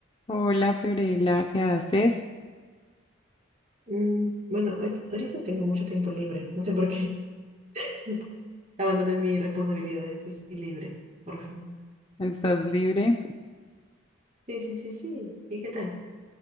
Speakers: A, on the left (about 25°); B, on the right (about 35°).
A: Hola Fiorella, ¿qué haces?
B: Mm, bueno, ahorita ahorita tengo mucho tiempo libre. No sé por qué. <laughs> Abandoné mis responsabilidades y estoy libre, por fin.
A: ¿Estás libre?
B: Sí, sí, sí, sí. ¿Y qué tal?